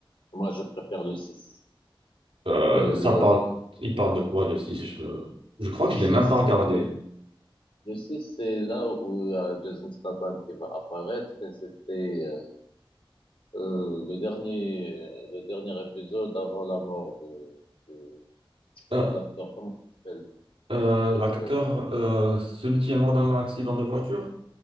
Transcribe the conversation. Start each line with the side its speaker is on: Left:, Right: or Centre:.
Left: Moi, je préfère le six
Right: Euh,
Left: Le,
Right: ça
Left: le,
Right: parle, il parle de quoi, le 6? Je, je crois
Left: le
Right: que
Left: 6,
Right: je l'ai même pas regardé.
Left: c'est, le 6 c'est là où il y a Jason Statham qui va apparaître et c'était, euh, euh, le dernier, le dernier épisode avant la mort de, de,
Right: Euh,
Left: de l'acteur, comment il s'appelle?
Right: euh, l'acteur,
Left: Euh,
Right: euh, celui qui est mort dans un accident de voiture?